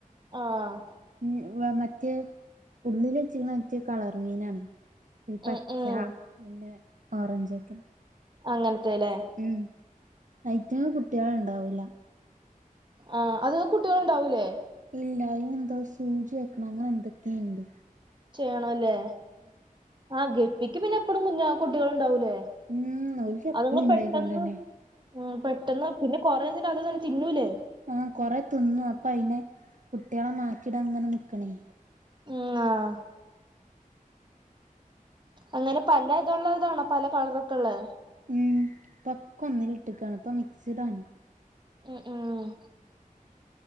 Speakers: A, on the right; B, on the right.
A: ആഹ്
B: ഉം വ മറ്റേ ഉള്ളിലെച്ച്ക്ക്ണ മറ്റെ കളർ മീനാണ് ഒരു പച്ച
A: ഉം ഉം
B: പിന്ന ഓറഞ്ചൊക്കെ
A: അങ്ങൻത്തെലേ
B: ഉം ഐറ്റക് കുട്ട്യേള് ഇണ്ടാവൂല
A: ആഹ് അത് കുട്ട്യോള് ഇണ്ടാവൂലേ
B: ഇല്ലാ അയ്നെന്തോ സൂചി വെക്കൊണൊ അങ്ങനെ എന്തെക്കേ ഇണ്ട്
A: ചെയ്യണൊല്ലേ ആഹ് ഗപ്പിക്ക് പിന്ന എപ്പളും കുഞ്ഞ കുട്ട്യേള് ഇണ്ടാവൂലേ
B: ഉം ഓൽക്ക് എപ്പഴും
A: അത്ങ്ങ്
B: ഉണ്ടായിക്കൊണ്ടന്നെ
A: പെട്ടെന്ന് ഉം പെട്ടെന്ന് പിന്നെ കൊറേ തിനകത്ത്ന്നന്നെ തിന്നൂലെ
B: ആഹ് കൊറേ തിന്നും അപ്പയ്ന് കുട്ട്യേളെ മാറ്റിട ഇങ്ങനെ നിക്കണെ
A: ഉം ങാഹ് അങ്ങനെ പല ഇതുള്ളതാണോ പല കളറ്ക്കൊള്ളെ
B: ഉം ഇപ്പക്ക്വ ഒന്നില് ഇട്ട്ക്കാണ് ഇപ്പ മിക്സിഡാണ്.
A: ഉം ഉം